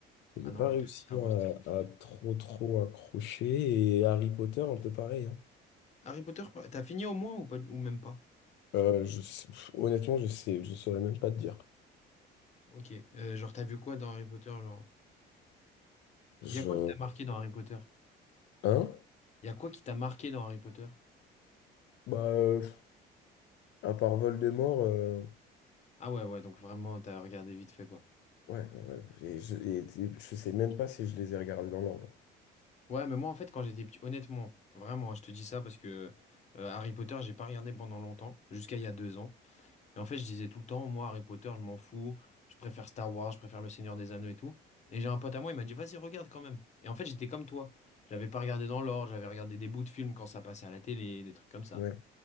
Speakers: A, on the left (about 75°); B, on the left (about 40°).
A: j'ai
B: Ah non,
A: pas
B: moi,
A: réussi
B: t'as- Star Wars, c'était quelque
A: à, à trop
B: chose.
A: trop accrocher. Et Harry Potter, un peu pareil. hein.
B: Harry Potter, pas- t'as fini au moins ou pas, ou même pas?
A: Euh, je sais- pff, honnêtement, je sais, je saurais même pas te dire.
B: Ok, euh, genre, t'as vu quoi dans Harry Potter, genre?
A: Je,
B: Il y a quoi qui t'a marqué dans Harry Potter?
A: hein?
B: Il y a quoi qui t'a marqué dans Harry Potter?
A: Bah, euh, à part Voldemort, euh,
B: Ah ouais, ouais, donc vraiment, t'as regardé vite fait, quoi.
A: ouais, ouais. Et je, et- et je sais même pas si je les ai regardés dans l'ordre.
B: Ouais, mais moi, en fait, quand j'étais petit, honnêtement, vraiment, hein, je te dis ça parce que euh, Harry Potter, j'ai pas regardé pendant longtemps, jusqu'à il y a deux ans. Et en fait, je disais tout le temps, moi, Harry Potter, je m'en fous, je préfère Star Wars, je préfère Le Seigneur des Anneaux et tout. Et j'ai un pote à moi, il m'a dit, vas-y, regarde quand même. Et en fait, j'étais comme toi. J'avais pas regardé dans l'ordre, j'avais regardé des bouts de films quand ça passait à la télé, des trucs comme ça.
A: Ouais.